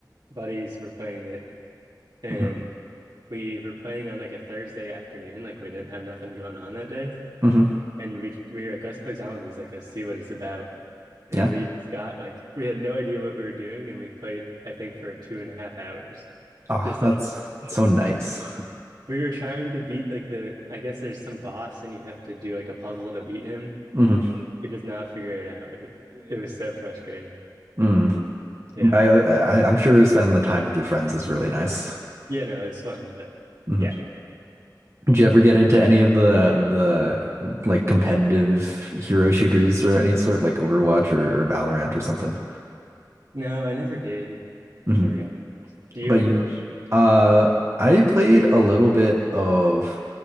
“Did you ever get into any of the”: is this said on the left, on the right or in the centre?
Right